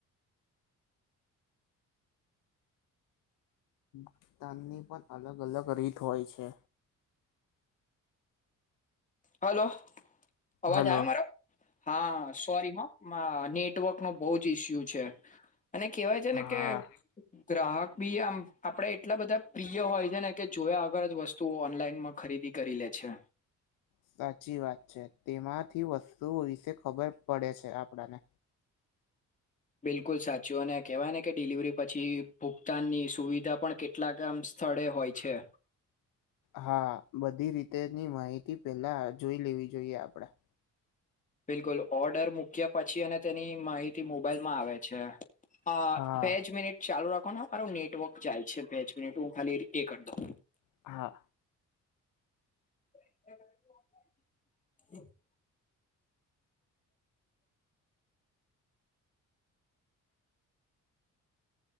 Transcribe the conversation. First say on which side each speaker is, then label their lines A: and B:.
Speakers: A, on the left; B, on the left.
A: <inaudible> ની પણ અલગ અલગ રીત હોય છે.
B: હલો અવાજ
A: હલો
B: આવ્યો મારો? હા સોરી હોં માં નેટવર્ક નો બહુ જ ઈસ્યુ છે. અને કેહેવાય છે ને
A: હા.
B: કે ગ્રાહક બી આમ આપડે એટલા બધા પ્રિય હોય છે ને કે જોયા અગર જ વસ્ત વસ્તુઓ ઓનલાઈનમાં ખરીદી કરી લે છે.
A: સાચી વાત છે તેમાંથી વસ્તુઓ વિશે ખબર પડે છે આપણને
B: બિલકુલ સાચું અને કહેવાય ને કે ડિલિવરી પછી ભુગતાનની સુવિધા પણ કેટ કેટલાક આમ સ્થળે હોય છે.
A: હા બધી રીતેની માહિતી પેલા જોઈ લેવી જોઈએ આપડા
B: બિલકુલ ઓર્ડર મૂક્યા પછી અને તેની માહિતી મોબાઈલમાં આવે છે. હ
A: હા
B: બે જ મિનિટ ચાલુ રાખો. મારું નેટવર્ક જાય છે બેચ મિનેટ હું ખાલી એ કરી દો.
A: હા
B: <inaudible>